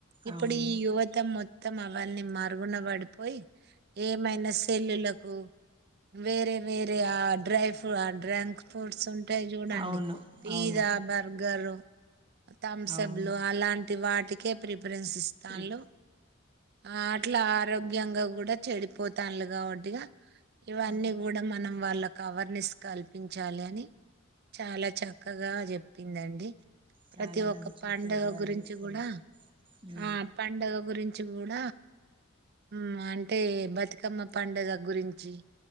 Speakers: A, on the right (about 50°); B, on the right (about 25°).
A: ఇప్పుడు
B: అవును
A: ఈ యువత మొత్ త్తమల్ వన్ని మరుగున పడిపోయి ఏమైనా సెల్లులకు వేరే వేరే ఆ డ్రై ఫు ఆ డ్రంక్ ఫుడ్స్ ఉంటాయి చూడండి
B: అవును
A: పీజ్జా
B: అవును
A: బర్గరు థంసబ్లు
B: అవును
A: అలాంటి వాట్ టికే ప్రిప్ ప్రిఫరెన్స్ ఇస్తాల్ను
B: ప్రిప్
A: ఆ అట్లా ఆరోగ్యంగా గూడా చెడిపోతాల్లు కాబట్టి ఇగా ఇవన్నీ
B: అవును
A: కూడా మనం వాళ్ళ కవర్నెస్ కల్పించాలని చాలా చక్కగా చెప్పిందండి ప్రతి
B: చాలా
A: ఒక్క
B: మంచి
A: పండగ
B: ప్రోగ్రాం
A: గురించి
B: చేసిండ్రు
A: గూడా
B: ఉ
A: ఆ పండగ గురిం చూడ మ్ అంటే బతుకమ్మ పండుగ గురించి